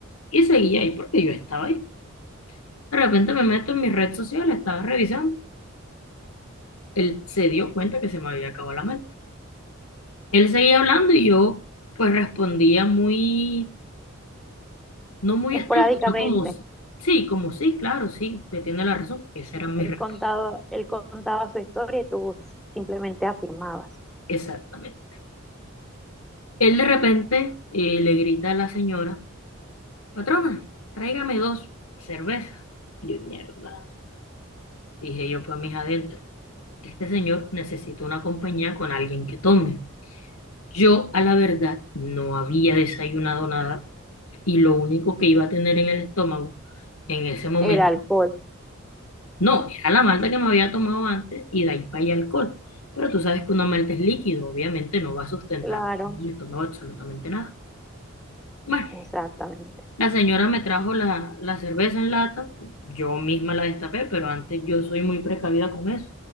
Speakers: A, on the left (about 85°); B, in the centre.
A: y seguí ahí porque yo estaba ahí. De repente me meto en mis redes sociales, estaba revisando. Él se dio cuenta que se me había acabado la malta. Él seguía hablando y yo pues respondía muy, no muy
B: Esporádicamente.
A: extenso, sino como, sí, como sí, claro, sí, te tiene la razón. Esa era mi
B: Él
A: respuesta,
B: contaba, él contaba su historia y tú simplemente afirmabas.
A: exactamente. Él de repente eh, le grita a la señora, patrona, tráigame dos cervezas. Yo, mierda, dije yo para mis adentros, este señor necesita una compañía con alguien que tome. Yo a la verdad no había desayunado nada y lo único que iba a tener en el estómago en ese momento,
B: Era alcohol,
A: no, era la malta que me había tomado antes y de ahí para allá alcohol. Pero tú sabes que una malta es líquido, obviamente no va a sustentar
B: claro,
A: el estómago absolutamente nada. Bueno,
B: exactamente.
A: La señora me trajo la, la cerveza en lata, yo misma la destapé, pero antes yo soy muy precavida con eso.